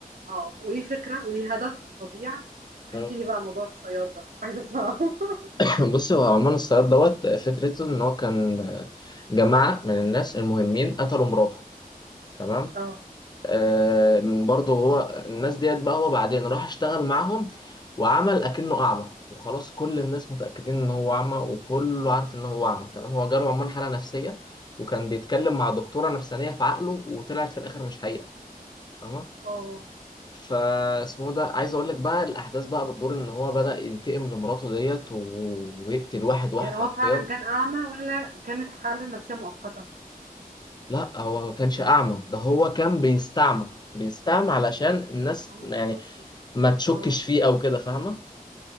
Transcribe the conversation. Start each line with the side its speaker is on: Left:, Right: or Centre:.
Right: آه، وليه فكرة وليه هدف فظيع. احكِ
Left: مم.
Right: لي بقى موضوع الصياد ده، عايزة أسمعه. <laughs>
Left: <laughs> بص هو عموما الصياد دوت فكرته ان هو كان آه، جماعة من الناس المهمين قتلوا مراته تمام
Right: آه،
Left: آه، من برضه هو الناس ديت بقى هو بعدين راح اشتغل معاهم وعمل اكنه اعمى وخلاص كل الناس متأكدين ان هو اعمى وكله عارف ان هو اعمى تمام هو جاله عموما حالة نفسية وكان بيتكلم مع دكتورة نفسانية في عقله وطلعت في الاخر مش حقيقة تمام
Right: آه،
Left: فاسمه ده عايز اقول لك بقى الاحداث بقى بتدور ان هو بدأ ينتقم لمراته ديت و- ويقتل واحد واحد
Right: يعني
Left: حرفيا
Right: هو فعلًا كان أعمى والّا كانت حالة نفسية مؤقتة؟
Left: لا هو ما كانش اعمى ده هو كان بيستعمى بيستعمى علشان الناس
Right: عامل
Left: يعني
Right: نفسه مش شايف،
Left: ما تشكش
Right: آه.
Left: فيه او كده فاهمه